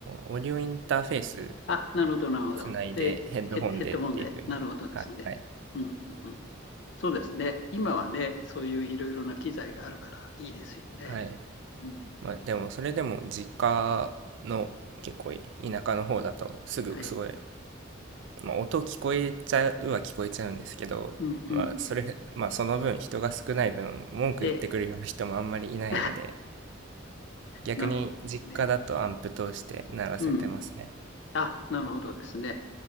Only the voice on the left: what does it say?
あ、なるほど、なるほど。
で、
ヘヘッドホンで、なるほどですね。
うんうんうん、そうですね。今はね、そういういろいろな機材があるからいいですよね。
うん、
はい。
うんうん。
で、<laughs>
なるほどですね。うん。あ、なるほどですね。